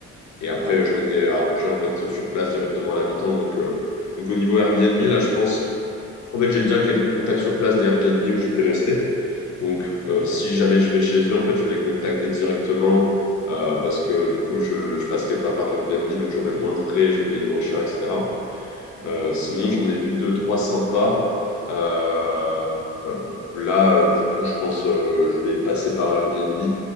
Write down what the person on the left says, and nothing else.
et après,
je m'étais arrangé en fait sur place directement à l'habitant. Donc, euh, donc, au niveau Airbnb, là, je pense, en fait, j'ai déjà quelques contacts sur place des Airbnb où j'étais resté. Donc, euh,
si jamais je vais chez eux, en fait, je vais les contacter directement euh, parce que du coup, je je passerai pas par Airbnb, donc j'aurai moins de frais, je vais payer moins cher, etc.
Euh, sinon, j'en ai vu deux, trois sympas. Euh, euh, là, euh, du coup, je pense euh, je vais passer par Airbnb